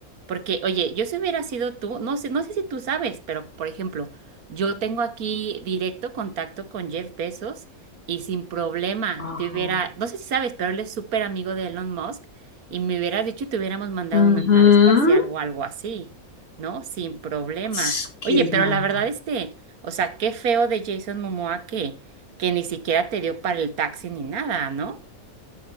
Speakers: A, on the right; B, on the left.
A: Porque, oye, yo si hubiera sido tú, no sé, no sé si tú sabes, pero por ejemplo, yo tengo aquí directo contacto con Jeff Bezos y sin problema
B: Ajá.
A: te hubiera, no sé si sabes, pero él es súper amigo de Elon Musk y me hubieras dicho y te hubiéramos mandado
B: Ujú.
A: una nave espacial o algo así. ¿no? Sin problema.
B: Ts, ¿Qué
A: Oye,
B: es
A: pero
B: Marta?
A: la verdad, este, o sea, qué feo de Jason Momoa que, que ni siquiera te dio para el taxi ni nada, ¿no?